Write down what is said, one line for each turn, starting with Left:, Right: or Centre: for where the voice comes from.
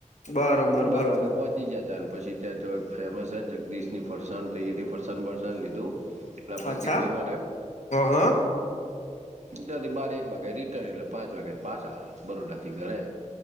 Left: બરોબર બરોબર
Right: બાર વાગે પોહોચવુ. પચી જતા અને પછી ત્યાં ચ ફેમસ છે જગદીશ ની ફરસણ થઈ હતી ફરસાણ બરસ લીધું. પેલા પ્રતિકભાઈ
Left: અચ્છા
Right: માટે
Left: હહા.
Right: ટાથી બાર એક વાગે રિટર્ન એટલે પાંચ વાગે પાછા બરોડા થી ઘરે.